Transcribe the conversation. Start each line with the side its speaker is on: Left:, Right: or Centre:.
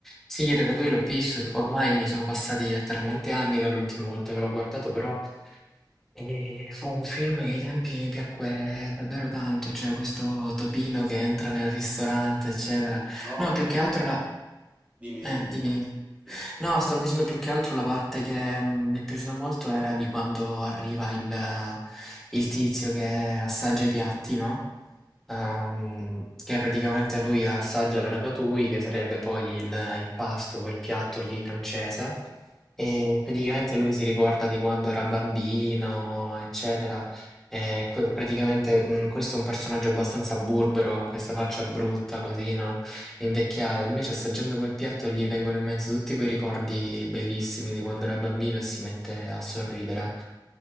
Centre: sì, il Ratatouille l'ho visto, ormai sono passati letteralmente anni dall'ultima volta che l'ho guardato, però eh, fu un film che ai tempi mi piacque davvero tanto, cioè questo topino che entra nel ristorante, eccetera.
Right: No.
Centre: No, più che altro la...
Right: Dimmi,
Centre: Eh,
Right: dimmi, dimmi.
Centre: dimmi, dimmi.
Right: Sì.
Centre: No, stavo dicendo più che altro la parte che mm, mi è piaciuta molto era di quando arriva il, il tizio che assaggia i piatti, no? ehm, che praticamente lui assaggia la ratatouille, che sarebbe poi il, il pasto, quel piatto lì francese, e praticamente lui si ricorda di quando era bambino, eccetera. E que- praticamente mh, questo è un personaggio abbastanza burbero, con questa faccia brutta, così, no? Invecchiata. Invece assaggiando quel piatto gli vengono in mente tutti quei ricordi bellissimi di quando era bambino e si mette a sorridere.